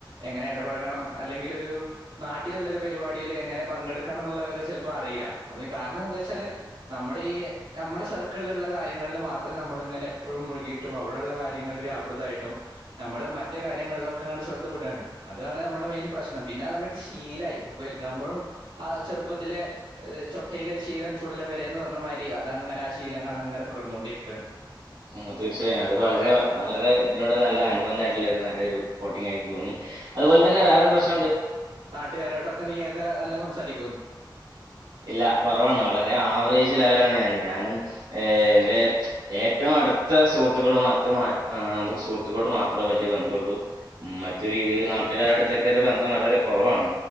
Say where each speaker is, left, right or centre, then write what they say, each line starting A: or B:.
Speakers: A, on the right; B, on the right.
A: എങ്ങനെ എടപഴകണം. അല്ലെങ്കിൽ ഒരു നാട്ടിലുള്ളരു പരിപാടിയിൽ എങ്ങനെ പങ്കെടുക്കണം എന്നുള്ളത് ചെൽപ്പോ അറിയില്ല അപ്പ കാരണന്താന്ന് വെച്ചാല് നമ്മുടെ ഈ നമ്മുടെ സർക്കിളിലള്ള കാര്യങ്ങളിൽ മാത്രം നമ്മൾങ്ങനെ പ്പോഴും മുഴുകിയിട്ടും അവിടെള്ള കാര്യ <unintelligible> ള്ള് വ്യാപൃതായിട്ടും ഞമ്മള് മറ്റ് കാര്യങ്ങൾലൊക്കേണ്ട് ശ്രദ്ധ വിടാണ്. അതാണ് മ്മൾടെ മെയിന് പ്രശ്നം. പിന്നെ അതങ്ങട്ട് ശീലായി. വെൽതാവ്മ്പൊഴും ആ ചെറുപ്പത്തിലെ ഏ ഏ ചൊട്ടയിലെ ഗീലം ചുടല വെരേന്ന് പർഞ്ഞ മായിരി അതങ്ങനെ ആ ശീലങ്ങളങ്ങനെ തുടർന്നൊണ്ടിരിക്കാണ്.
B: മ്. തീർച്ചയായും അത് വളരെ വ വളരേ ത്‌നോട് നല്ല അനുബന്ധായിട്ട്ള്ളെ രു നല്ലെരു കോട്ടിങ്ങായിത് തോന്നി. അതുപോലെ തന്നെ വേറെരു പ്രശ്നംണ്ട്.
A: നാട്ട്കാരോടൊക്കെ നീയൊക്കെ നല്ല സംസാരിക്കോന്ന്
B: ഇല്ല കൊറവാണ്. വളരെ ആവറേജ് ലെവലാണ് ഞാന് ഞാനും ഏഹ് എൻ്റെ ഏറ്റവും അട്ത്ത സുഹൃത്തുക്കളോട് മാത്ര മാ <unintelligible> സുഹൃത്തുക്കളോട് മാത്ര വല്ല്യബന്ധള്ളൂ മ്. മറ്റൊ രീതിക്ക് നാട്ടുകാരോട്ത്തക്കെ ര് ബന്ധം വളരെ കൊറവാണ്.